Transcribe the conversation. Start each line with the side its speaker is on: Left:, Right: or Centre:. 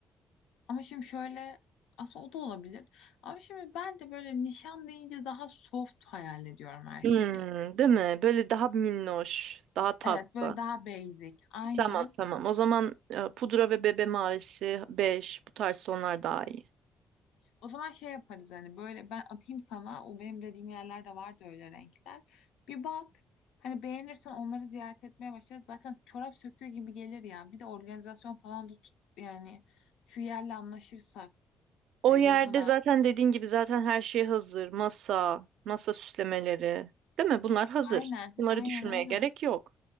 Left: Ama şimdi şöyle aslında o da olabilir. Ama şimdi ben de böyle nişan deyince daha soft hayal ediyorum her
Right: Hmm,
Left: şeyi.
Right: değil mi? Böyle daha minnoş, daha tatlı.
Left: Evet böyle daha basic aynen.
Right: Tamam tamam. O zaman e, pudra ve bebe mavisi 5 bu tarz tonlar daha iyi.
Left: O zaman şey yaparız hani böyle ben atayım sana o benim dediğim yerlerde vardı öyle renkler. Bir bak hani beğenirsen onları ziyaret etmeye başlarız. Zaten çorap söküyor gibi gelir ya. Bir de organizasyon falan da tut yani şu yerle anlaşırsak
Right: O
Left: dediğim
Right: yerde
Left: sana
Right: zaten dediğin gibi zaten her şey hazır. Masa, masa süslemeleri. Değil mi? Bunlar hazır.
Left: aynen
Right: Bunları
Left: aynen
Right: düşünmeye
Left: aynen
Right: gerek yok.